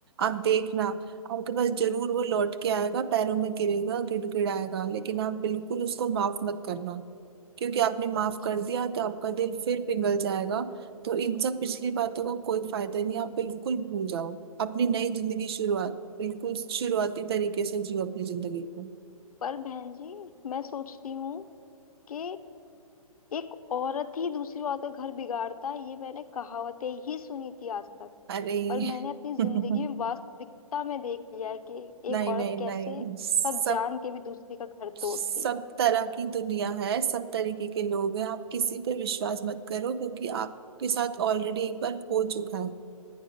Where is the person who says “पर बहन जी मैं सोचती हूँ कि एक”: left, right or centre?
Left